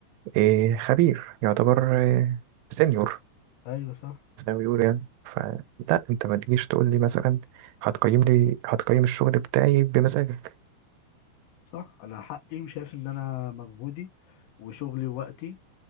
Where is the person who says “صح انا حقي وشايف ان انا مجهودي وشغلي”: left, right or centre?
Left